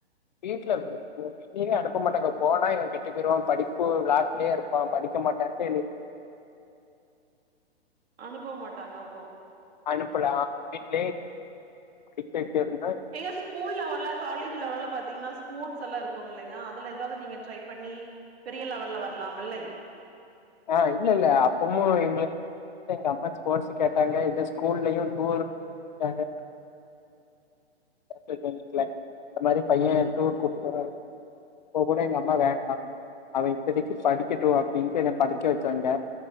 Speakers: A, on the left (about 45°); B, on the right (about 65°).
A: வீட்ல <unintelligible> லீவே அனுப்ப மாட்டாங்க போனா இவே கெட்டு போயிடுவான் படிப்பு வெளாட்டு்லேயே இருப்பா படிக்க மாட்டான்ட்டு இனி
B: அனுப்ப மாட்டாங்க அப்போ
A: அனுப்புல ஆ வீட்லயே இருந்து படிக்க வச்சு இருந்தா
B: ஏங்க ஸ்கூல் லெவல்லா காலேஜ் லெவல்ல வேல பாத்தீங்கன்னா ஸ்பூர்ட்ஸ் எல்லாம் இருக்கும்லங்கே அதுல ஏதாவ்து நீங்க ட்ரை பண்ணி பெரிய லெவல்ல வரலாம் மில்லை
A: ஆ இல்லல்ல அப்பமும் எங்களு எங்க அம்மா ஸ்போர்ட்ஸ் கேட்டாங்க இல்ல ஸ்கூல்லயும் டூர் வச்சாங்க ஏ தெருஞ்சுக்கல இந்த மாதிரி பையே டூர் கூப்டு போறாரு அப்ப கூட எங்க அம்மா வேண்டாம் அவே இப்பதக்கீ படிக்கட்டும் அப்டின்டு படிக்க வச்சாங்க